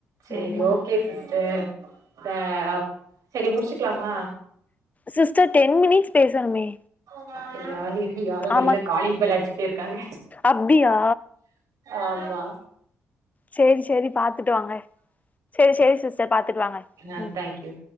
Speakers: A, on the right; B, on the left.
A: சேரி
B: ஆமா
A: ஓகே சிஸர் அ சேரி முடிச்சுக்குலாமா
B: சிஸ்டர் டென் மினிட் பேசணுமே
A: <unintelligible> யாரோ வெளில
B: ஆமா
A: காலிங் பெல் அடிச்சுக் இருக்காங்க
B: அப்டியா
A: ஆஹ் வா
B: சேரி சேரி பாத்துட்டு வாங்க சேரி சேரி சிஸ்டர் பாத்துட்டு வாங்க
A: ஆ
B: ம்
A: தேங்க்யூ